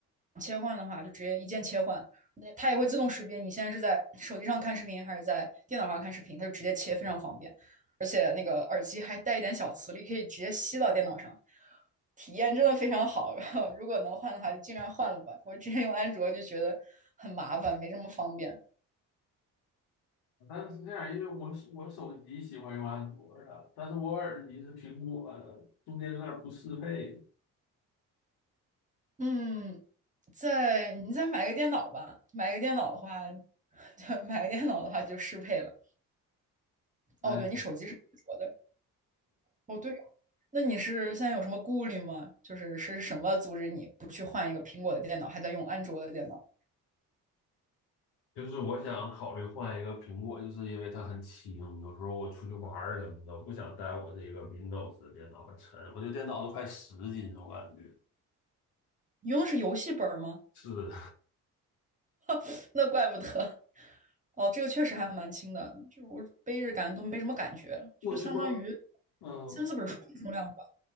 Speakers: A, on the right; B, on the left.
A: 切换的话，就直接一键切换，那它也会自动识别你现在是在手机上看视频还是在电脑上看视频，它就直接切，非常方便。而且那个耳机还带一点小磁力，可以直接吸到电脑上，体验真的非常好。<laughs> 然后如果能换的话，就尽量换了吧。我之前用安卓就觉得很麻烦，没这么方便。
B: 但是这样，因为我手我手机喜欢用安卓的，但是我耳机是苹果的，中间有点不适配。
A: 嗯，在你再买个电脑吧，买个电脑的话，<laughs> 就买个电脑的话就适配了。哦，
B: 哎，
A: 对，你手机是安卓的，哦，对哦那你是现在有什么顾虑吗？就是是什么阻止你不去换一个苹果的电脑，还在用安卓的电脑？
B: 就是我想考虑换一个苹果，就是因为它很轻，有时候我出去玩儿什么的，我不想带我这个 Windows 的电脑，很沉，我这电脑都快十斤了，我感觉。
A: 你用的是游戏本儿吗？
B: 是，
A: <laughs> 那怪不得哦，这个确实还蛮轻的，就是我背着感都没什么感觉，
B: 我去官，
A: 就相当于
B: 嗯，
A: 三四本书的重量吧。